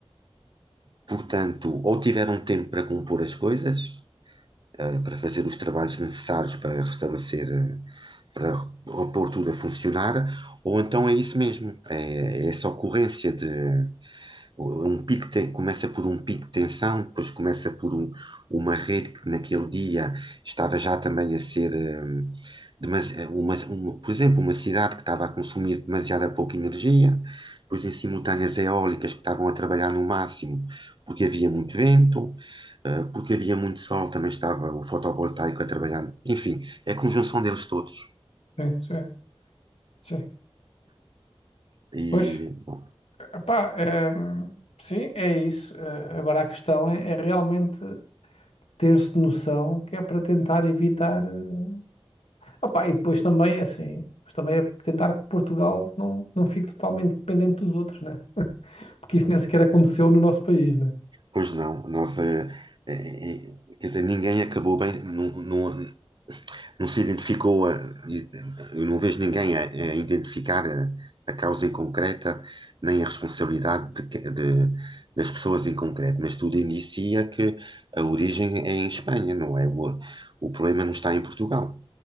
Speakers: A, on the right; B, on the left.
A: Portanto, ou tiveram tempo para compor as coisas, eh, para fazer os trabalhos necessários para restabelecer, eh, para repor tudo a funcionar, ou então é isso mesmo, é é essa ocorrência de Um pico te- começa por um pico de tensão, depois começa por um- uma rede que naquele dia estava já também a ser, hum, demas- uma- uma- por exemplo, uma cidade que estava a consumir demasiada pouca energia, depois em simultâneo as eólicas que estavam a trabalhar no máximo porque havia muito vento, eh, porque havia muito sol, também estava o fotovoltaico a trabalhar. Enfim, é a conjunção deles todos.
B: Sim, sim, sim.
A: E,
B: Pois.
A: bom,
B: Epá, eh, sim, é isso. Eh, agora a questão é, é realmente ter-se noção que é para tentar evitar. eh, epá, e depois também é assim, mas também é tentar que Portugal não, não fique totalmente dependente dos outros, né? Porque isso nem sequer aconteceu no nosso país, né?
A: Pois não, nós, eh, eh, eh, quer dizer, ninguém acabou bem, não, não, não se identificou, a, e- eu não vejo ninguém a, a identificar a, a causa em concreta, nem a responsabilidade de que- de- das pessoas em concreto, mas tudo inicia que a origem é em Espanha, não é? O, o problema não está em Portugal.